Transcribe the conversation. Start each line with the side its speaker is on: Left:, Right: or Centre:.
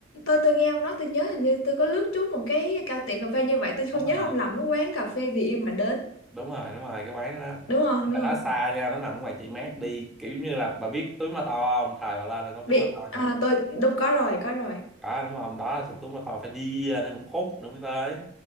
Left: tôi tôi nghe ông nói tôi nhớ hình như tôi có lướt trúng một cái cao tiệm cà phê như vậy tôi không
Centre: đúng
Left: nhớ
Centre: rồi
Left: không lầm nó quán cà phê vì yêu mà đến
Centre: đúng rồi đúng rồi cái quán đó
Left: đúng không
Centre: Nhưng
Left: đúng
Centre: mà nó
Left: không
Centre: xa nha nó nằm ngoài chị mát đi kiểu như là bà biết túi ma to không thời bà lên là có
Left: bị
Centre: túi ma to
Left: à,
Centre: kìa
Left: tôi đúng có rồi có rồi
Centre: có đúng không đó là túi ma to phải đi ờ, nên một khúc nữa mới tới